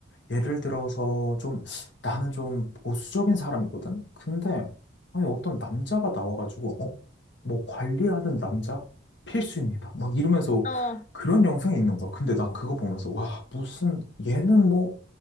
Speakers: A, on the left; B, on the left.
A: 예를 들어서 좀 나는 좀 보수적인 사람이거든? 근데
B: 어,
A: 아니 어떤 남자가 나와가지고 어? 뭐 관리하는 남자? 필수입니다. 막 이러면서
B: 어,
A: 그런 영상이 있는 거야. 근데 나
B: 어.
A: 그거 보면서, 와, 무슨, 얘는 뭐,